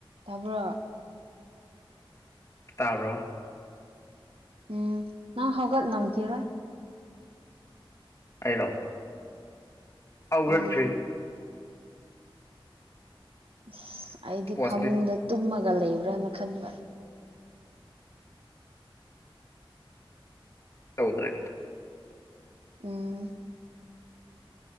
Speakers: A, on the right; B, on the left.
A: ꯇꯥꯕ꯭ꯔꯣ
B: ꯇꯥꯕ꯭ꯔꯣ
A: ꯎꯝ ꯅꯪ ꯍꯧꯒꯠꯂꯝꯈꯤꯔꯣꯏ
B: ꯑꯩꯔꯣ ꯑꯧꯒꯠ
A: ꯎꯝ
B: ꯊ
A: ꯑꯁ ꯑꯩꯗꯤ
B: ꯋꯥꯆꯞꯇꯤ
A: ꯐꯃꯨꯡꯗ ꯇꯨꯝꯃꯒ ꯂꯩꯕ꯭ꯔꯅ ꯈꯟꯕ
B: ꯇꯧꯗꯔꯤ
A: ꯎꯝ